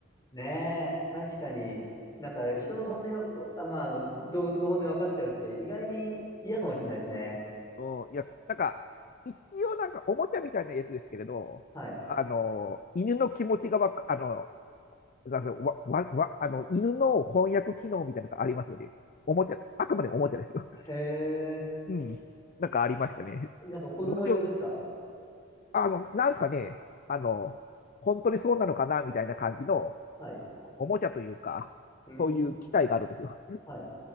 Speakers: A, on the left; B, on the left.
A: ねえ、確かに、なんか人の本音が、あ、まあ、あの、動物の本音分かっちゃうって意外に嫌かもしれないですね。
B: うんうん、いや、なんか、一応なんかおもちゃみたいなやつですけれど、
A: はい。
B: あの、犬の気持ちがわか、あの、なんかわ、わ、わ、あの、犬の翻訳機能みたいなのがありますよね。おもちゃ、あくまでもおもちゃですよ。
A: へえ、
B: うん。なんかありましたね。
A: なんか子供用ですか
B: もちろん、あの、なんすかね、あの、本当にそうなのかなみたいな感じの
A: はい。
B: おもちゃというか、
A: うーん。
B: そういう機械があるんですよ。
A: はい。